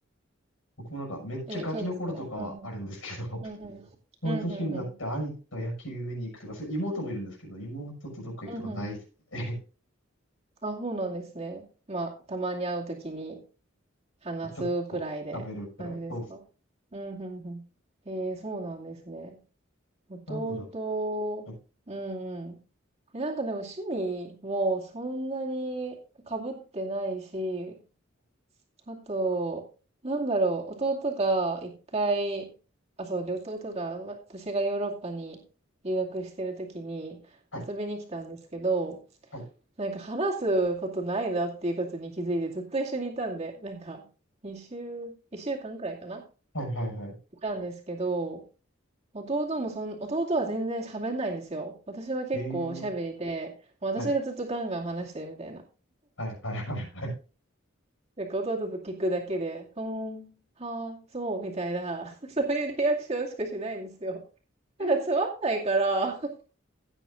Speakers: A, on the left; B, on the right.
A: 僕もなんかめっちゃガキの頃とかはあるんですけど、
B: えー、ケイさんは。うんうん。
A: <laughs>
B: うんうん。
A: この年になって兄貴と野球見に行くとか、
B: うんうんうん。
A: それ妹もいるんですけど、妹とどっか行くとかないっすね。
B: うんうんあ、そうなんですね。まあ、たまに会うときに
A: <laughs>
B: 話すくらいで感じですか
A: まあちょっと喋るくらい。そうっすね。
B: うん、うん、うん。えー、そうなんですね。弟、
A: なんでだろう。
B: うんうん。え、なんかでも趣味もそんなに被ってないし、あと、なんだろう、弟が一回、あ、そうで、弟が、わ私がヨーロッパに留学してるときに遊びに来たんですけど、
A: はい、はい、
B: なんか話すことないなっていうことに気づいてずっと一緒にいたんで、なんか、二週、一週間くらいかな
A: はい、はい、はい、はい。
B: いたんですけど、弟もそん、弟は全然喋んないんですよ。私は結構喋りで、
A: ええ
B: もう私がずっとガンガン話してるみたいな。
A: はい、はい、はい、はい。は
B: なんか弟と聞くだけで、うーん、はあ、そう、みたいな、<laughs> そういうリアクションしかしないんですよ。
A: い
B: なんかつまんないから、<laughs>